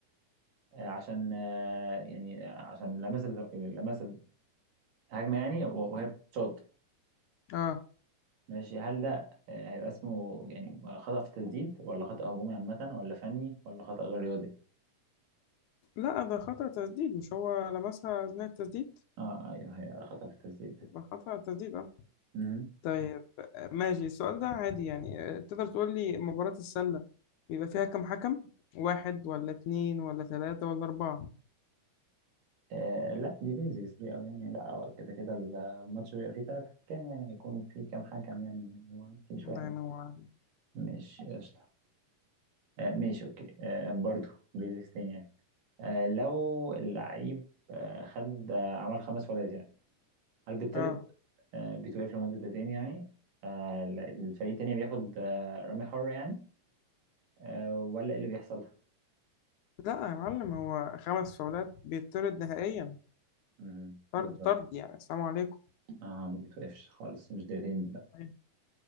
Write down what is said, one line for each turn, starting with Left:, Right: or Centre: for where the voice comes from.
Right: آه، عشان آه، يعني عشان لمس ال- لمس الهجمه يعني و- وهي بتشوط
Left: اه
Right: ماشي هل ده آه، هيبقى اسمه يعني خطأ في التسديد ولا خطأ هجومي عامة ولا فني ولا خطأ غير رياضي؟
Left: لا ده خطأ تسديد مش هو لمسها أثناء التسديد
Right: اه ايوه هي خطأ في التسديد
Left: يبقى خطأ تسديد اه
Right: ده
Left: طيب آه، ماشي السؤال ده عادي يعني آه، تقدر تقول لي مباراة السلة بيبقى فيها كم حكم واحد ولا اتنين ولا تلاتة ولا أربعة
Right: آه لا دي بيزكس دي أوي يعني لا هو كده كده الماتش بيبقى فيه تلات حكام يعني هيكون فيه كام حكم يعني هو مش
Left: الله
Right: واحد
Left: ينور عليك
Right: مش <laughs> قشطة آه ماشي أوكي آه برضه بيزكس تاني يعني آه لو اللعيب آه خد آه عمل خمس فاولات يعني هل بيطرد
Left: اه
Right: آه بيتوقف لمدة دقيقتين يعني آه لا، الفريق التاني بياخد آه رمي حرة يعني آه ولا إيه اللي بيحصل؟
Left: لا يا معلم هو خمس فاولات بيطرد نهائيا
Right: مهم.
Left: طرد
Right: بالظبط
Left: طرد يعني السلام عليكم
Right: اه ما بتوقفش خالص مش دقيقتين دي لا
Left: أيوة.